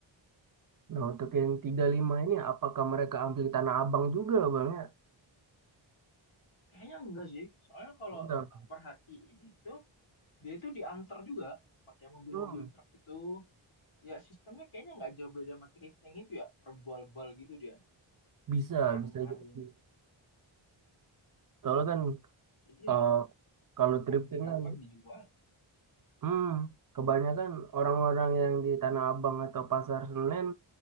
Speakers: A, on the right; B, on the left.
A: nah untuk yang 35 ini apakah mereka ambil Tanah Abang juga bang ya
B: kayaknya enggak sih. Soalnya kalau
A: Enggak.
B: tak perhatiin itu, dia itu diantar juga pakai mobil-mobil
A: Hmm.
B: truk itu. Ya sistemnya kayaknya nggak jauh beda sama thrifting itu ya, per bal gitu dia,
A: Bisa,
B: per karung-karung.
A: bisa jadi. Soalnya kan
B: Jadi
A: eh,
B: ya
A: kalau
B: apa
A: thrifting
B: yang didapat
A: kan,
B: dijual.
A: hmm, kebanyakan orang-orang yang di Tanah Abang atau Pasar Senen